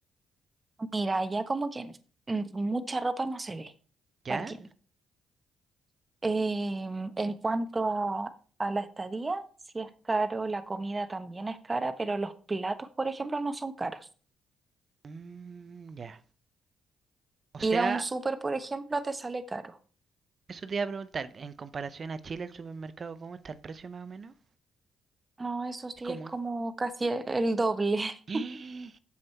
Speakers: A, on the right (about 25°); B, on the right (about 40°).
A: Mira, ya como que mm, mucha ropa no se ve,
B: ¿Ya?
A: partiendo. Em, en cuanto a, a la estadía, sí es caro, la comida también es cara, pero los platos, por ejemplo, no son caros.
B: Mm, ya. O sea,
A: Ir a un súper, por ejemplo, te sale caro.
B: eso te iba a preguntar, en comparación a Chile, el supermercado, ¿cómo está el precio más o menos?
A: No, eso sí
B: Es como
A: es como casi e- el doble,
B: <gasps>
A: <laughs>